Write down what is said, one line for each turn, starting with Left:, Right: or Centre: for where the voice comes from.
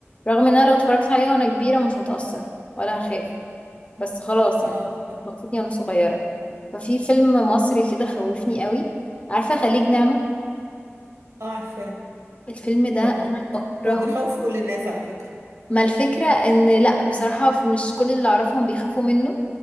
Left: رغم ان انا لو اتفرجت عليها وانا كبيره مش هتاثر ولا هخاف بس خلاص
Right: اه
Left: يعني
Right: فاهمة
Left: خوفتني وانا صغيره ففي فيلم مصري كده خوفني قوي عارفه خليج نعمه
Right: اه عارفة
Left: الفيلم ده انا
Right: هو, هو
Left: بكرهه
Right: هو بيخوف كل الناس على فكرة
Left: ما الفكره ان لا بصراحه مش كل اللي اعرفهم بيخافوا منه